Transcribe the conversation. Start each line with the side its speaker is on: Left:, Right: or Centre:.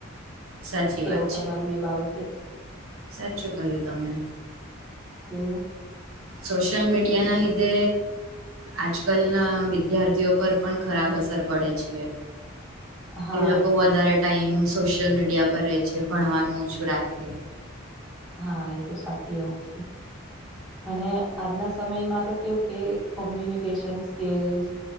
Right: સાચી
Centre: શું કેવું
Right: વાત
Centre: તમારું
Right: છે,
Centre: એ બાબતે
Right: સાચું ક્યું તમે
Centre: એવુ
Right: સોશ્યલ, મીડિયા નલ્ધે આજકાલના વિદ્યાર્થીઓ, પર પણ ખરાબ અસર પડે છે.
Centre: હા
Right: એ લોકો, વધારે ટાઈમ સોશિયલ મીડિયા પર રહે છે. ભણવાનું ઓછું રાખે
Centre: હા, એ તો સાચી વાત છે. અને આજના સમયમા, તો કેવું કે કોમ્યુનિકેશન સ્કીલ્સ